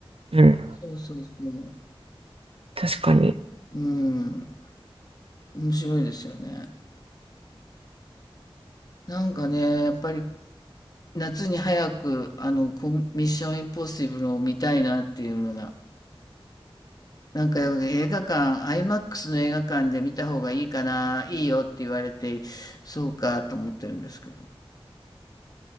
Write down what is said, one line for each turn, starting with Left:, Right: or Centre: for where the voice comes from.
Right: うん、
Left: そうそうそう。
Right: 確かに。
Left: うん、面白いですよね。なんかね、やっぱり夏に早くあのコミミッションインポッシブルを見たいなっていうのが、なんか映画館、IMAX の映画館で見た方がいいかな、いいよって言われて、そうかと思ってるんですけど。